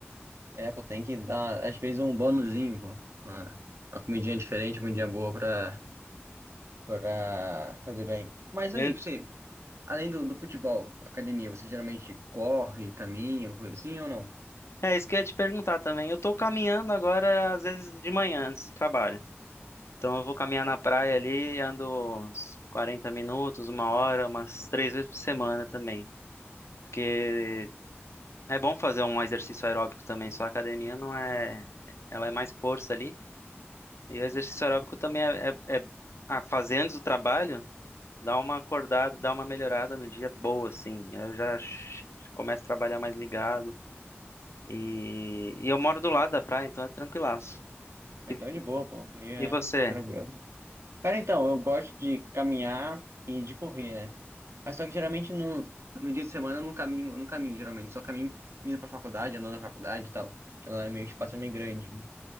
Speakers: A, on the right; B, on the left.
A: É, pô, tem que dar, às vezes, um bônusinho pô. Uma, uma comidinha diferente, uma comidinha boa pra, pra fazer bem. Mas
B: Eu-
A: aí, você. Além do, do futebol, academia, você geralmente corre, caminha, coisa assim ou não?
B: É isso que eu ia te perguntar também. Eu tô caminhando agora, às vezes de manhã, antes do trabalho. Então eu vou caminhar na praia ali, ando uns 40 minutos, uma hora, umas três vezes por semana também. Porque é bom fazer um exercício aeróbico também, só a academia não é. Ela é mais força ali. E o exercício aeróbico também é, é é- a fazer antes do trabalho. Dá uma acordada, dá uma melhorada no dia boa, assim. Eu já sh- começo a trabalhar mais ligado. E, e eu moro do lado da praia, então é tranquilaço.
A: Ah,
B: E,
A: Então, é de boa, pô. Aí é
B: e você?
A: tranquilo. Cara, então, eu gosto de caminhar e de correr, né? Mas só que geralmente no, no dia de semana eu não caminho, não caminho, geralmente. Só caminho indo pra faculdade, andando na faculdade e tal. Porque lá é meio, o espaço é meio grande, né?